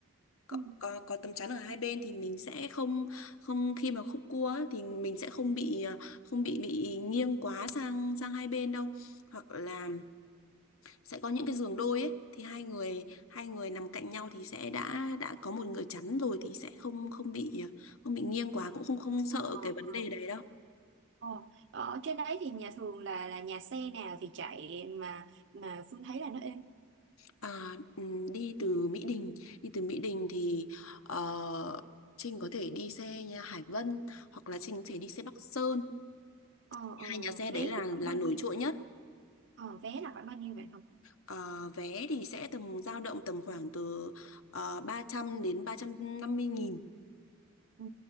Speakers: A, on the left; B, on the right.
A: có,
B: Ừ.
A: có có tấm chắn ở hai bên thì mình sẽ không không khi mà khúc cua á, thì mình sẽ không bị à, không bị bị nghiêng quá sang sang hai bên đâu hoặc là sẽ có những cái giường đôi ấy thì hai người hai người nằm cạnh nhau thì sẽ đã đã có một người chắn rồi thì sẽ không không bị à, không bị nghiêng quá cũng không không sợ
B: Ờ,
A: cái vấn
B: ờ.
A: đề đấy đâu
B: Ờ, ờ, ở trên đấy thì nhà thường là là nhà xe nào thì chạy mà mà Phương thấy là nó êm.
A: à, ừm, đi từ Mỹ Đình đi từ Mỹ Đình thì ờ, Trinh có thể đi xe nha Hải Vân hoặc là Trinh có thể đi xe Bắc Sơn
B: Ờ, ờ,
A: hai nhà xe đấy
B: vé
A: là
B: thì khoảng
A: là
B: bao
A: nổi
B: nhiêu?
A: trội nhất
B: Ờ, vé là khoảng bao nhiêu vậy không?
A: Ờ, vé thì sẽ tầm dao động tầm khoảng từ uh, 300 đến 350 nghìn
B: Ừ,